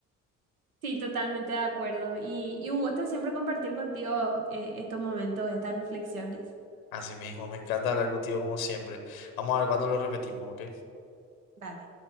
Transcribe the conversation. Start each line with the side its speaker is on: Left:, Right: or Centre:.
Right: Sí, totalmente de acuerdo. Y, y un gusto siempre compartir contigo eh, estos momentos, estas reflexiones.
Left: Así mismo, me encanta hablar contigo como siempre. Vamos a ver cuándo lo repetimos, ¿ok?
Right: Dale.